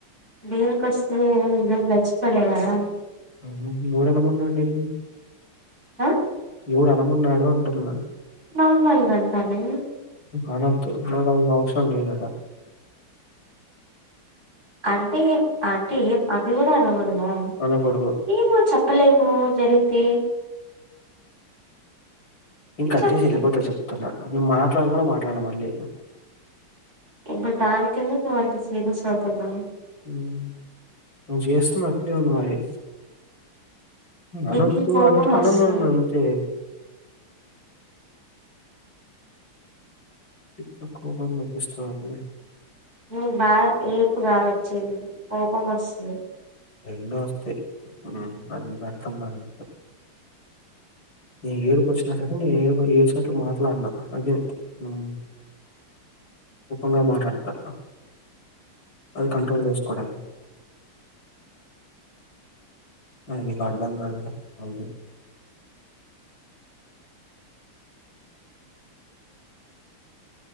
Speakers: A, on the right (about 30°); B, on the left (about 65°).
A: దేనికొస్తేది నేనేం నిజం జచ్చిపోలే గదా
B: అయ్ నువ్ ఎవడు అనమన్నాడు నిన్ను
A: అ
B: ఎవడు అనమన్నాడు అంటున్నా?
A: నార్మల్ గా అంటాను
B: అనొద్దు నాకు ఏం అవసరం లేదీడ
A: అంటే అంటే ఏం అది కూడా అనకూ దా
B: అనకూడదు
A: ఏమో చెప్పలేము జరిగితే
B: నేను కట్
A: చెప్పు
B: చేసి వెళ్ళిపోతా చెప్తున్నా నేను మాట్లాడ్ను కూడా మాట్లాడను మళ్ళీ
A: ఇప్పుడు దానికేందుకు నువ్వు అంత సీరియస్ అవుతున్నావ్
B: ఉమ్ నువ్ చేస్తుంది అట్నే ఉంది మరి
A: నీకి
B: అనోద్దు
A: కోపం
B: అంటే
A: వస్తుంది
B: అనను అను అంతే ఎందుకు కోపమ తెప్పిస్తావ్ అప్పుడే
A: నువ్ బాగా ఏర్పు కాదు వచ్చేది కోపం వస్తది
B: రెండు వస్తాయి ఆ అది నీకర్థం కాదులే నేను ఏడుపు వచ్చిన సరే నేను ఏడుపు ఏడ్చినట్లు మాట్లాడ్ను అదే ఉమ్ కోపంగా మాట్లాడతా అది కంట్రోల్ చేసుకోవడానికి అది నీకర్ధం కాదులే వదిలే